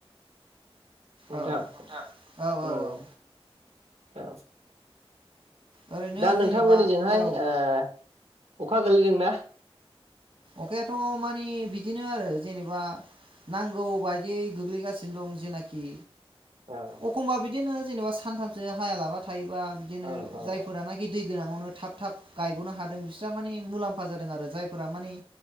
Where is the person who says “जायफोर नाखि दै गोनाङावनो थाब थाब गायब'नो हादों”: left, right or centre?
Right